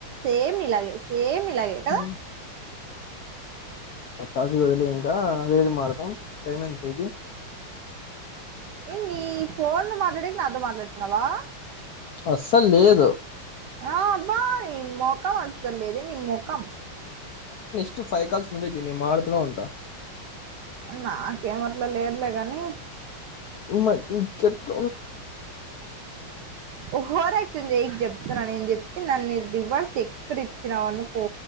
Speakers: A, on the right; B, on the left.
A: సేమ్ నీ లాగె సేమ్ మిలాగే కద
B: హ్మ్ ఆ టాపిక్ వదిలే ఇంకా వేది మారదం టైం ఎంత అయ్యింది
A: ఏం నీ ఫోన్ లో మాట్లాడక నా తొ మాట్లాడుతున్నావా
B: అస్సల్ లేదు
A: ఆ అబ్బాయ్ ని ముఖం అసర్లేద ని ముఖం
B: ఇ ఫై కాల్స్ నువ్వవుతే మతున్నా ఉంట
A: నాకేమట్లా లేదులే ని
B: ట్
A: ఓహోర్ యాక్చున్ జయకి చెప్తాన్నా నేను చెప్తే నన్నురు డివర్స్ ఎక్కడి ఇచ్చినావన్ను పో